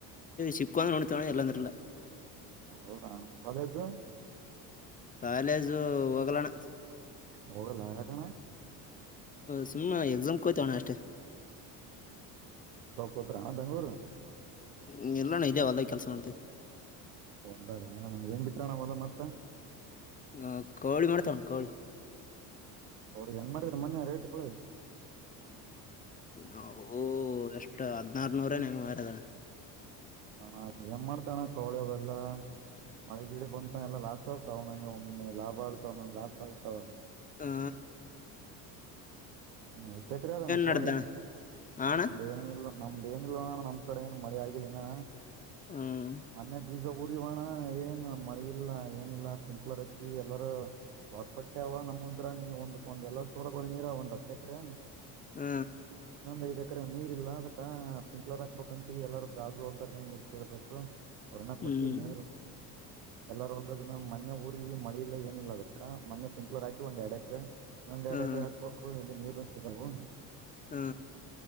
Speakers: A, on the left; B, on the right.
A: ಸಿಕ್ಕು ಅಂದ್ರ ನೋಡ್ತೇವ ಎಲ್ಲಾಂದ್ರಲ್ಲ
B: ಹ ಹೌದ ಕಾಲೇಜ್
A: ಕಾಲೇಜು ಹೋಗಲಣ
B: ಹೋಗಲ್ಲಯಕಣ
A: ಹ್ುಮಮ್ಮ ಎಕ್ಸಾಮ್ ಕೋ್ತಾವಣ ಅಷ್ಟೇ
B: ಹೋತ್ರ ಬೆಂಗ್ಳೂರು
A: ಹ್ಮ ಎಲ್ಲಾನ ಇದದೆ ಹೊದಾಗ ಕೆಲ್ಸ ಮಾಡ್ತೇವಿ
B: ಒಂದಾಗ ಏನ್ ಬಿತ್ರಣ ಮದ ಮತ್ತೆ
A: ಹ ಕೋಳಿ ಮಾಡ್ತಾವಣ ಕೋಳಿ
B: ಅವ್ರಿಗೆ ಹೆಂಗ ಮಾಡಿದ್ರ ಮೊ ರೇಟ್ ಕೊಳಿ
A: ನವು ಎಷ್ಟ ಹದ್ನಾರನೂರ ನ ಹೆಂಗ ಮಾರದ
B: ಹ ಏನ್ ಮಾಡ್ತಣ್ಣ ಕವಳವೆಲ್ಲಾ ಮಳೆಗಿಡ ಬಂತ ಎಲ್ಲಾ ಲಾಸ್ ಆಗ್ತಾವ ನಂಗೆ ಒಮ್ಮೆ ಲಾಭ ಆಗ್ತಾವ ನಂ ಲಾಸ್ ಆಗ್ತಾವ
A: ಹಾ
B: ಹ್ಮ್ ಎಷ್ಟ ಎಕರೆ ಅದಣ ಕಳಿ
A: ನಡ್ದಣ ಹಣ
B: ನಮ್ದ ಏನಲ್ಲ ನಮ್ದ ಏನ ಇಲ್ವಣ ನಮ್ ಕಡೆ ಏನ್ ಮಡಿ ಆಗಿಲ್ಲಾ
A: ಹ್ಮ್
B: ಮನೆ ಬೀಜ ಉಊರಿವಣ ಏನ್ ಮಳೆ ಇಲ್ಲ ಏನಿಲ್ಲ ಪಿಂಕ್ ಕಲರ್ ಹಚ್ಚಿವ ಎಲ್ಲಾರ ತೋಟ್ ಪಟ್ಟೆ ಅವ ನಮ ಇದ್ರ ನೀ ಒಂದ ಒಂದ ಎಲ್ಲಾ ಸ್ಟೋರ್ ನೀರ ಒಂದ್ತವೇ ಏಕ್ರೆ
A: ಹ್ಮ
B: ನಂದ ಇಕ್ರ ನೀರ್ ಇಲ್ಲ ಅದಕ್ಕ ಪಿಂಕ್ಲರ್ ಹಾಕ್ಬೇಕಂತೀವಿ ಎಲ್ಲಾರ ಬ್ರಾಜು ಹೋದಾರ ನನ್ ನೀರ್ ಕೇಳ್ಬೇಕು ಒಣ
A: ಹ್ಮ್
B: ಕೊಟ್ಟಿಲ್ಲ ಎಲ್ಲಾರ ಒಲ್ದ ಮೊೆ ಊರಿಗೆವಿ ಮಳಿ ಇಲ್ಲ ಏನಿಲ್ಲ ಅದ ಮೊನ್ನೆ ಪಿಂಕ್ಲೂರ್ ಹಾಕಿ ಒಂದ ಎರಡ್ ಎಕರೆ ನಂದ್ ಎರಡುಕಡೆ
A: ಹ್ಮ್
B: ಹಕ್ಬೇಕು ಲ್ಲಿ ನೀರು ಸಿಗವು
A: ಹ್ಮ